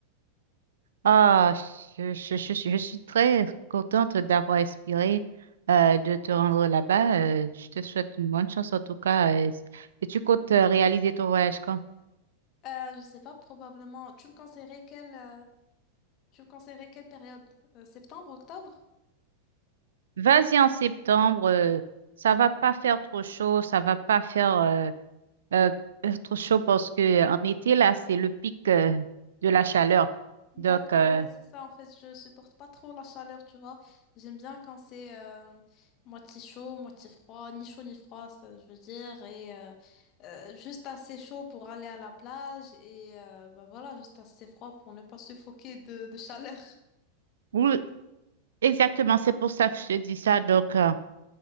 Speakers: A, on the right; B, on the left.
A: Ah, je, je, je, suis je suis très contente d'avoir inspiré euh, de te rendre là-bas. Euh, je te souhaite une bonne chance en tout cas. euh, et tu comptes euh, réaliser ton voyage quand?
B: Euh, je sais pas, probablement. Tu me conseillerais quelle, euh, tu me conseillerais quelle période? Euh, septembre, octobre?
A: Vas-y en septembre, euh, ça va pas faire trop chaud, ça va pas faire euh, euh, euh, trop chaud parce que euh, en été là, c'est le pic euh, de la chaleur.
B: D'accord,
A: Donc euh,
B: ouais, c'est ça. En fait, je supporte pas trop la chaleur, tu vois. J'aime bien quand c'est euh, moitié chaud, moitié froid, ni chaud ni froid, ça, je veux dire, et euh, euh, juste assez chaud pour aller à la plage et euh, bah voilà, juste assez froid pour ne pas suffoquer de, de chaleur.
A: oui, exactement, c'est pour ça que je te dis ça. Donc euh,